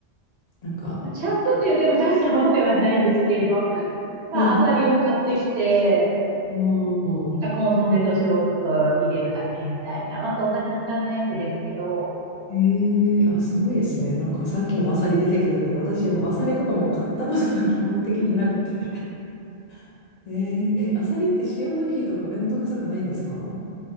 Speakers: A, on the left; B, on the right.
A: なんか。
B: まあ、ちゃんとって言っても大したものではないんですけど、まあ、
A: うん。
B: アサリを買ってきて、
A: お
B: なんかコンソメと醤油と入れるだけみたいな。
A: ー
B: まあそんな簡単なやつですけど。
A: えー、あ、すごいですね。なんかさっきもアサリ出てきたけど、私もうアサリとかも買ったことが基本的になくて。<laughs> えー、え、アサリって塩抜きとかめんどくさくないんですか